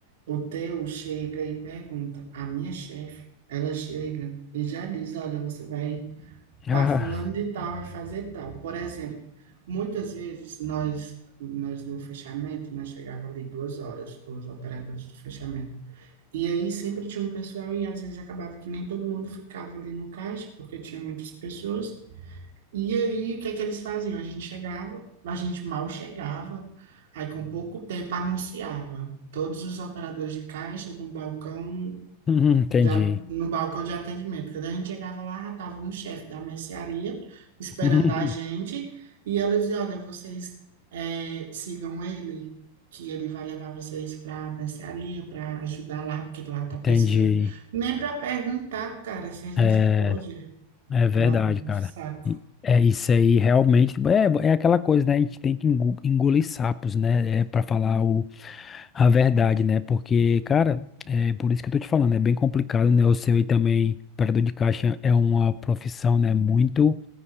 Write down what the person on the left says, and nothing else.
ah,
<laughs> entendi.
<laughs>
Entendi.
É,
É verdade,
cara.
E- É isso aí, realmente. É, é aquela coisa, né? A gente tem que engo- engolir sapos, né? É para falar o, a verdade, né? Porque, cara, é por isso que eu tô te falando, é bem complicado, né? O seu aí também, operador de caixa, é uma profissão, né? Muito,